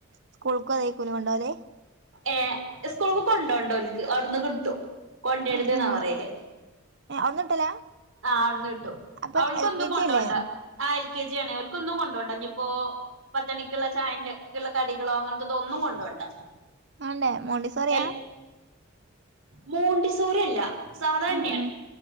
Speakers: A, on the right; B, on the right.
A: സ്ക്കൂൾക്കും അതേക്കുലേ കൊണ്ടോവല്
B: ഏ സ്കൂൾ കൊണ്ടോണ്ട ഓൽക്ക് അവിടുന്ന് കിട്ടും കൊണ്ടരുത്
A: ഉം
B: ന്നാ
A: ഉം
B: പറയല്
A: ഏ അവ്ട്ന്ന് കിട്ടലാ
B: ആ അവിടുന്ന് കിട്ടും.
A: അപ്പൊ
B: അവൾക്ക്എന്തും
A: എൽ കെ
B: കൊണ്ടോണ്ട
A: ജി അല്ലേ
B: ആ എൽ കെ ജി ആണേ ഓൽ ക്കൊന്നും കൊണ്ടോണ്ട ഇഞിപ്പോ പത്തണിക്കുള്ള ചായന്റെ ഒക്ക ഉള്ള കടികളോ അങ്ങനത്തെതോ ഒന്നും കൊണ്ടോണ്ട
A: മാണ്ടേ മോണ്ടിസോറിയാ
B: എൽ മോണ്ടിസോറി അല്ല സാധാന്നെയാണ്
A: ഉം ഉം